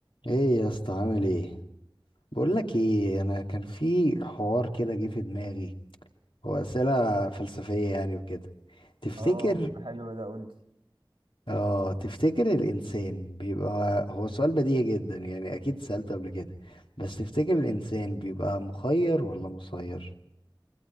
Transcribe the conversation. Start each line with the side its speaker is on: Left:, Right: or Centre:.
Left: ايه يا اسطى عامل ايه بقول لك ايه انا كان في حوار كده جه في دماغي هو اسئله فلسفيه يعني وكده تفتكر
Right: اه ده حلو ده قولي
Left: اه تفتكر الانسان بيبقى هو سؤال بديهي جدا يعني اكيد سالته قبل كده بس تفتكر الانسان بيبقى مخير ولا مسير